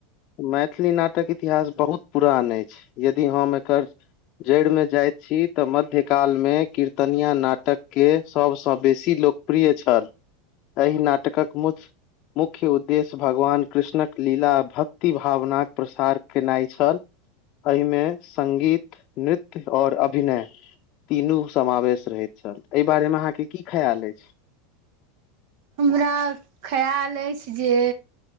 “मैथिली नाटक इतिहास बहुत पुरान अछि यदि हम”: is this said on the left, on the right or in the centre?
Left